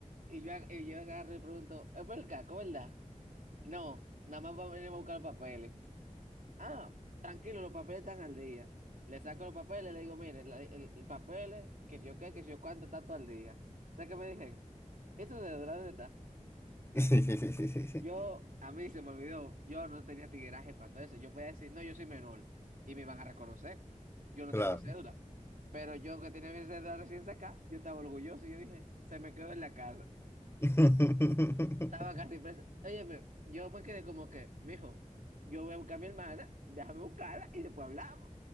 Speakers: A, on the right; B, on the left.
A: Y yo, ag- y yo agarro y pregunto, ¿es por el caco, verdad? No, nada más vamos a venir a buscar los papeles. Ah, tranquilo, los papeles están al día. Le saco los papeles, le digo, mire, la- el, el papel, es que si yo qué, que si yo cuánto, está todo al día. ¿Sabes qué me dicen? ¿Eso de dónde está?
B: <laughs>
A: Yo, a mí se me olvidó, yo no tenía tigueraje cuando eso. Yo podía decir, no, yo soy menor y me van a reconocer. Yo no
B: Claro.
A: tengo cédula. Pero yo que tenía mi cédula recién sacada, yo estaba orgulloso y yo dije, se me quedó en la casa.
B: <laughs>
A: Estaba casi presa. Óyeme, yo me quedé como que, mijo, yo voy a buscar a mi hermana, déjame buscarla y después hablamos.